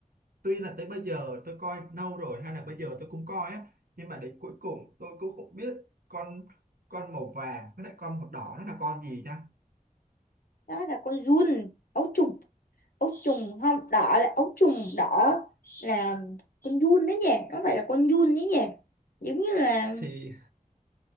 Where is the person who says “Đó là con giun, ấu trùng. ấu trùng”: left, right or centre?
Left